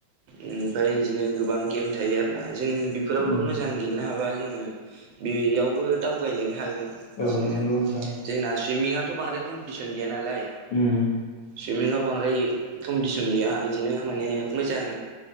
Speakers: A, on the right; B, on the left.
A: ओमफाय इदिनो गोबां गेम थायो आरो ना जों बेफोरावबो
B: उम
A: मोजां गेलेनो हाबा जोङो बेयावबो दावगायलायनो हागोन बिदिनो
B: औ नंगौ नोंथां
A: जोंना सुइमिंङाथ बांद्राय कम्पिटिसन गैया नालाय
B: उम
A: सुइमिंआव बांद्राय कम्पिटिसन गैया इदिनो माने मोजां